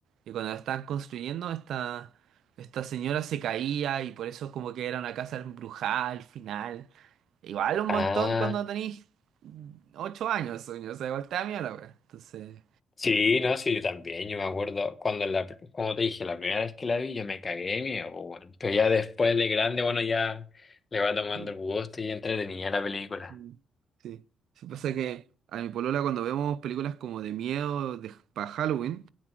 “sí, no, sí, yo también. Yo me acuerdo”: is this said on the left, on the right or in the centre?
Left